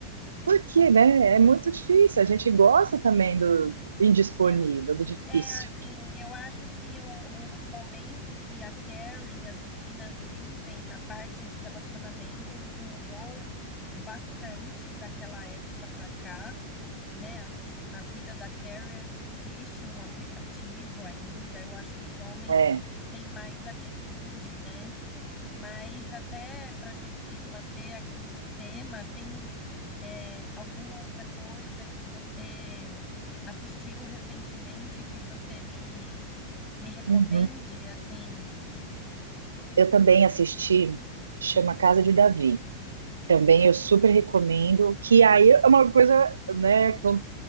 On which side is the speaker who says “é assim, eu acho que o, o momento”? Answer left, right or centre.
Left